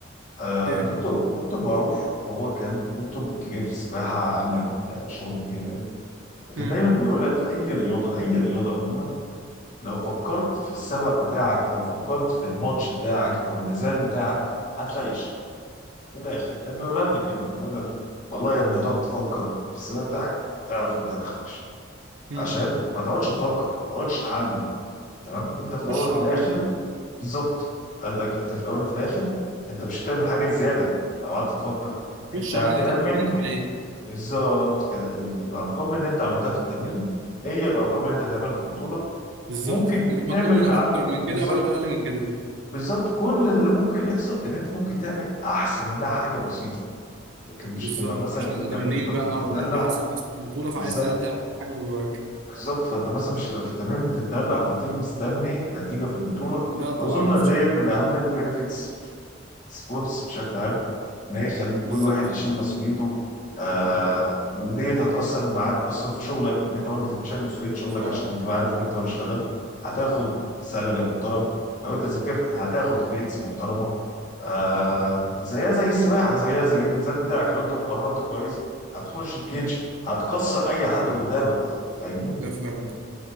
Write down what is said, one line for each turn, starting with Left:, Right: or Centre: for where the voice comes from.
Left: آه،
Right: اوكي
Left: دكتور دكتور معروف هو كان دكتور كبير في السباحه عامل آه، شغل كبير قوي فكان
Right: مم.
Left: دايما بيقول لك في اي رياضه اي رياضه عموما لو فكرت في السبق بتاعك او فكرت في الماتش بتاعك او النزال بتاعك هتخيش من الاخر كان بيقول لنا كلمه بيقول لك والله يا ابني هتقعد تفكر في السباق بتاعك اعرف انت هتخيش
Right: مم.
Left: عشان ما تقعدش تفكر ما تقعدش تحلل تمام انت في الاول
Right: خش
Left: وفي
Right: على
Left: الاخر
Right: طول
Left: بالظبط قال لك انت في الاول وفي الاخر انت مش هتعمل حاجه زياده او قعدت تفكر انت
Right: خش
Left: هتعمل
Right: اعمل اللي انت اتمرنت عليه
Left: بالظبط كده ال- الارقام اللي انت عملتها في التمرين هي الارقام اللي انت هتعملها في البطوله
Right: بالظبط
Left: ممكن
Right: مش مطلوب
Left: تعمل
Right: منك
Left: مع
Right: اكتر من كده
Left: بالظبط
Right: ولا اقل من كده
Left: بالظبط كل اللي ممكن يحصل ان انت ممكن تعمل احسن منها حاجه بسيطه لكن مش
Right: بالظبط
Left: تبقى مثلا
Right: عشان
Left: في
Right: الادرينالين
Left: التمرين كنت
Right: بقى
Left: بتتدلع
Right: وان انت حسيت نفسك في البطوله فعايز
Left: بالظبط
Right: تأدي احسن حاجه جواك
Left: بالظبط فانت مثلا مش هتبقى في التمرين بتتدلع وتيجي مستني نتيجه في البطوله
Right: لا طبعا
Left: واظن
Right: مفيش
Left: ديت
Right: حاجة اسمها
Left: من
Right: كده
Left: اهم البينفيتس سبورتس بشكل عام ان هي تخلي
Right: بالظبط
Left: كل واحد يشيل مسؤوليته آه وديت هتأثر معاك اصلا في شغلك ان انت برضه بتشيل مسؤولية شغلك
Right: ده فعلا
Left: عشان انت عارف ان انت لو اشتغلت هتاخد سالري محترم لو انت ذاكرت هتاخد جريدز محترمة آه زيها زي السباحة زيها زي النزال بتاعك لو انت اتمرنت كويس هتخش الكيج هتكسر اي حد قدامك فاهمني؟
Right: ده فعلا